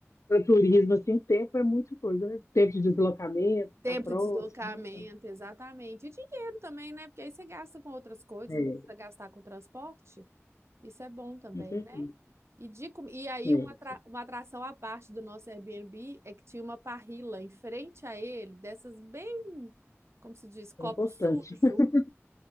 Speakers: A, on the left; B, on the right.
A: para turismo, assim, tempo é muita coisa, né? Tempo de deslocamento, ficar
B: tempo
A: próximo,
B: de deslocamento,
A: né? Então,
B: exatamente. E dinheiro também, né? Porque aí você gasta com outras coisas,
A: é,
B: não precisa gastar com transporte. Isso é bom também,
A: com certeza.
B: né? E, de, com- e aí,
A: É,
B: uma, atra- uma atração à parte do nosso Airbnb é que tinha uma parrilla em frente a ele, dessas bem, como se diz, copo
A: é importante.
B: sujo,
A: <laughs>